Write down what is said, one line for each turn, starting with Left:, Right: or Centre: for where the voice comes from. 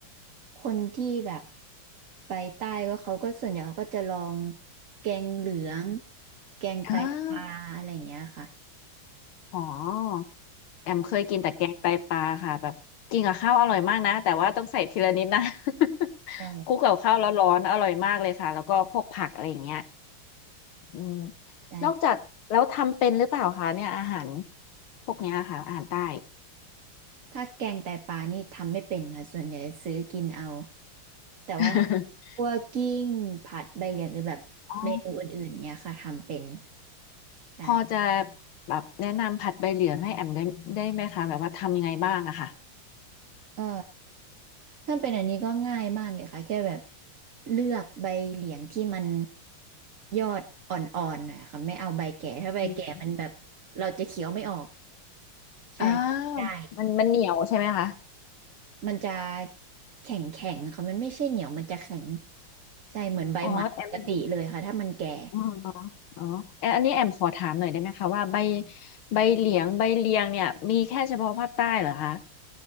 Right: คนที่แบบไปใต้ก็เขาก็ส่วนใหญ่เขาก็จะลองแกงเหลืองแกงไตปลาอะไรอย่างเงี้ยค่ะ
Left: อ่า อ๋อแอมเคยกินแต่แกงไตปลาค่ะแบบกินกับข้าวอร่อยมากนะแต่ว่าต้องใส่ทีละนิดนะ <laughs>
Right: ใช่
Left: คลุกกับข้าวร้อนๆอร่อยมากเลยค่ะแล้วก็พวกผักอะไรอย่างเงี้ยอืม
Right: ใช่
Left: นอกจากแล้วทำเป็นหรือเปล่าคะเนี่ยอาหารพวกเนี้ยค่ะอาหารใต้
Right: ถ้าแกงไตปลานี่ทำไม่เป็นค่ะส่วนใหญ่ซื้อกินเอาแต่ว่าถ้าคั่วกิ้งผัดใบเหลียงหรือแบบเมนูอื่นๆอย่างเงี้ยค่ะทำเป็น
Left: <laughs> อ๋อ <laughs>
Right: ใช่
Left: พอจะแบบแนะนำผัดใบเหลืองให้แอมได้ได้ไหมคะแบบว่าทำยังไงบ้างอะค่ะ
Right: ก็ ถ้าเป็นอันนี้ก็ง่ายมากเลยค่ะแค่แบบเลือกใบเหลียงที่มันยอดอ่อนๆหน่อยค่ะไม่เอาใบแก่ถ้าใบแก่มันแบบเราจะเคี้ยวไม่ออก
Left: อืม
Right: ใช่กินได้
Left: อ้าวมันมันเหนียวใช่ไหมคะ
Right: มันจะแข็งแข็งค่ะมันไม่ใช่เหนียวมันจะแข็งใช่เหมือนใบไม้ปกติเลยค่ะถ้ามันแก่
Left: อ๋อแอม อ๋ออ๋อแอนอันนี้แอมขอถามหน่อยได้ไหมคะว่าใบใบเหลียงใบเลียงเนี่ยมีแค่เฉพาะภาคใต้เหรอคะ